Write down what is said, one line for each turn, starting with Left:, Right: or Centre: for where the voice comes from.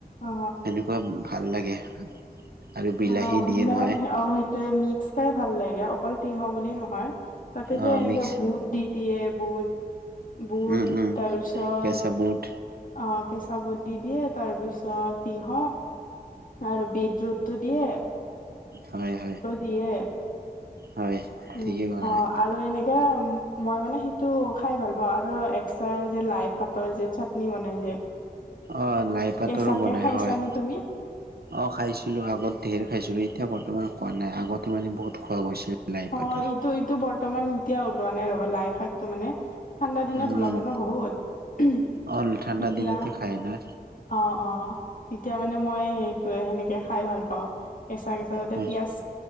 Left: অ
Right: এনেকুৱা ভাল লাগে। আৰু বিলাহী
Left: অ',
Right: দিয়ে
Left: মই
Right: নহয়
Left: অ', সেইটোৱে, মিক্স খাই ভাল লাগে অকল তিয়ঁহ বুলি নহয়। তাতে যে,
Right: অ'
Left: এনেকে
Right: মিক্স
Left: বুট দি দিয়ে, বুট। বুট,
Right: উম, উম,
Left: তাৰপিছত
Right: কেঁচা বুট
Left: অ', কেঁচা বুট দি দিয়ে, তাৰপিছত তিয়ঁহ আৰু বিট ৰোট টো দিয়ে
Right: হয়, হয়,
Left: দিয়ে
Right: হয়।
Left: উম,
Right: ঠিকেই ক'লা।
Left: অ'। আৰু এনেকে মই মানে সেইটো খাই ভাল পাওঁ, আৰু এক্সট্ৰা যে লাই পাতৰ যে নি বনাই যে।
Right: আহ, লাই পাতৰো
Left: কেঁচাকে
Right: বনাই
Left: খাইছানে
Right: হয়।
Left: তুমি
Right: অ', খাইছিলোঁ, আগত ধেৰ খাইছিলোঁ, এতিয়া বৰ্তমান খোৱা নাই, আগতে মানে বহুত খোৱা গৈছিল। লাই পাতৰ।
Left: অ', এইটো, এইটো বৰ্তমান এতিয়া ওলোৱা নাই ৰ'বা, লাই শাকটো মানে। ঠাণ্ডা দিনত
Right: উম,
Left: ওলাব ন' বহুত,
Right: অ' ঠাণ্ডা
Left: তেতিয়া
Right: দিনতে খায় ন'।
Left: অ', অ', তেতিয়া মানে মই সেইটোৱে, সেনেকে খাই ভাল পাওঁ, কেঁচা কেচাঁ। তাতে
Right: হয়।
Left: পিয়াঁজ